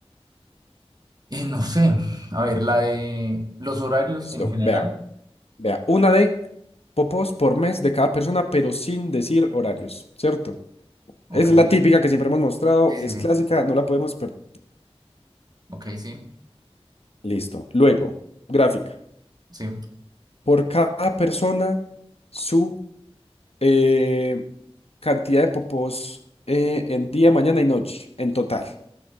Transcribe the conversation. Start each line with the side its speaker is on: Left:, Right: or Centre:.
Right: eh, no sé, a ver, la de los horarios
Left: listo.
Right: en general,
Left: Vea, vea. Una de popos por mes de cada persona, pero sin decir horarios, ¿cierto?
Right: ok,
Left: Esa es
Right: sí,
Left: la típica que siempre hemos mostrado,
Right: sí,
Left: es
Right: sí,
Left: clásica, no la podemos perder.
Right: ok, sí,
Left: Listo. Luego, gráfica.
Right: sí,
Left: Por cada persona, su eh, cantidad de popos eh, en día, mañana y noche, en total.